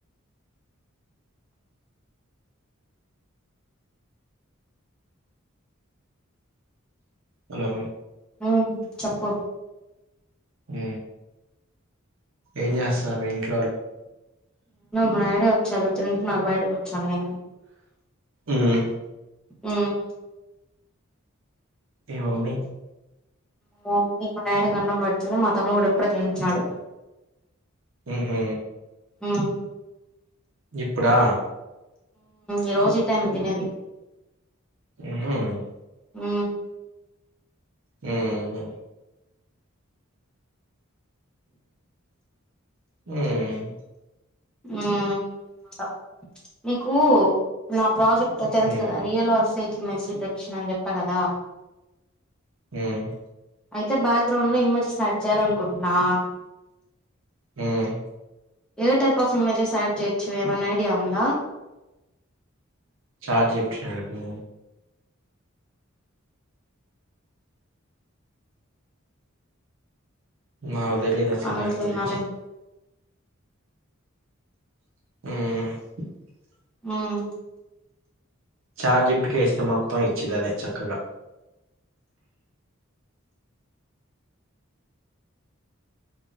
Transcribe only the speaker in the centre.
ఉ చెప్పు
మా ఆయన వచ్చాడు తింటున్నాడు బయట కూర్చొని
హ్మ్మ్
మా మమ్మీ మా డాడీకి అన్నం పడుతుంది మా తమ్ముడు ఇప్పుడే తిని వచాడు
హు
ఈ రోజు ఈ టైం తినేది
హ్మ్మ్
అ నీకు నా ప్రాజెక్ట్ తెలుసు
కదా రియల్ ఆర్సైజకి మెసిలిటక్షన్ అని చెప్పా కదా
అయితే బ్యాక్గ్రౌండ్ లో ఇమేజ్ స్టార్ట్ చేయాల అనుకుంటున్నా
ఏ టైప్ ఆఫ్ ఇమేజెస్ యాడ్ చేయొచ్చు ఏమైనా ఐడియా ఉందా
అడుగుతున్నాలే
హ్మ్మ్